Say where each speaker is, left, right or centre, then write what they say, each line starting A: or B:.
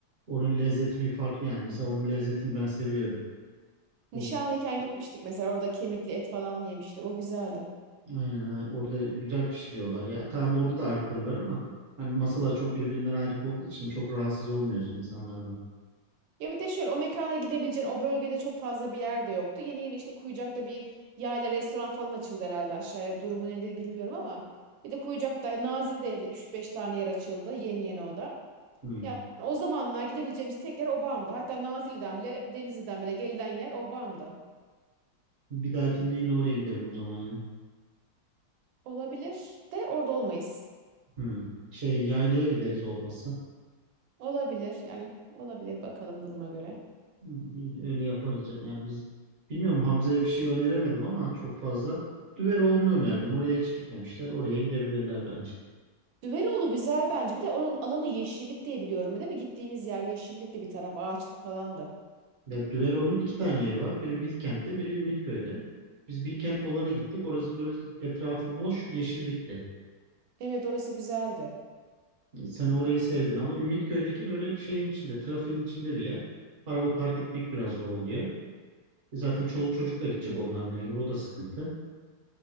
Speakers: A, on the right; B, on the right.
A: Onun lezzeti bir farklı yani. Mesela onun lezzetini ben seviyorum.
B: Nişanlıyken
A: O,
B: gitmiştik mesela orada kemikli et falan yemiştik o güzeldi.
A: aynen aynen. orada güzel pişiriyorlar ya. Tamam orada da alkol var ama hani masalar çok birbirinden ayrı olduğu için çok rahatsız olmuyorsun insanlardan.
B: Ya bir de şöyle o mekana gidebileceğin o bölgede çok fazla bir yer de yoktu. Yeni yeni işte Kuyucak'ta bir yayla restoran falan açıldı herhalde aşağıya. Durumu nedir bilmiyorum ama. Bir de Kuyucak'ta Nazilli'de üç beş tane yer açıldı. Yeni yeni o da.
A: Hmm.
B: Yani o zamanlar gidebileceğimiz tek yer Obam'dı. Hatta Nazilli'den bile Denizli'den bile gelinen yer Obam'dı.
A: Bir dahakinde yine oraya gidelim o zaman ya.
B: Olabilir de orada olmayız.
A: Hmm. Şey yaylaya gideriz olmazsa.
B: Olabilir yani olabilir bakalım duruma göre.
A: Hı, iyi, Öyle yaparız canım. Yani biz bilmiyorum Hamza'ya bir şey öneremedim ama çok fazla. Düveroğlu'nu önerdim. Oraya hiç gitmemişler. Oraya gidebilirler bence.
B: Düveroğlu güzel bence. Bir de oranın alanı yeşillik diye biliyorum değil mi? Gittiğimiz yer yeşillikti bir taraf ağaçlık falandı.
A: Ya Düveroğlu'nun iki tane yeri var. Biri Bilkent'te, biri Ümitköy'de. Biz Bilkent dolana gittik. Orası böyle etrafı boş, yeşillikti.
B: Evet orası güzeldi.
A: Sen orayı sevdin ama Ümitköy'deki böyle şeyin içinde, trafiğin içinde bir yer. Araba park etmek biraz zor oluyor. E Zaten çoluk çocukla gidecek onlar mecbur. O da sıkıntı.